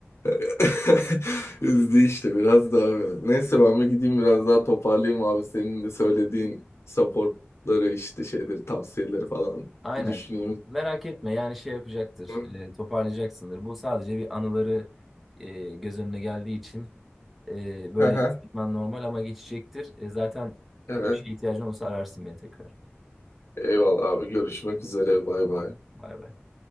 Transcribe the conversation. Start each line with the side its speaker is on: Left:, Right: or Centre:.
Left: <laughs> Üzdü işte biraz daha. böyle. Neyse ben bir gideyim biraz daha toparlayayım abi. Senin de söylediğin supportları işte şeyleri tavsiyeleri falan
Centre: Aynen.
Left: bir düşüneyim.
Centre: Merak etme yani şey yapacaktır,
Left: Hı.
Centre: e, toparlayacaksındır. Bu sadece bir anıları e, göz önüne geldiği için E, böyle
Left: Hı hı.
Centre: gitmen normal ama geçecektir. E, zaten
Left: Evet.
Centre: e, bir şeye ihtiyacın olursa ararsın beni tekrar.
Left: Eyvallah abi görüşmek üzere bay
Centre: Tamam.
Left: bay.
Centre: Bay bay.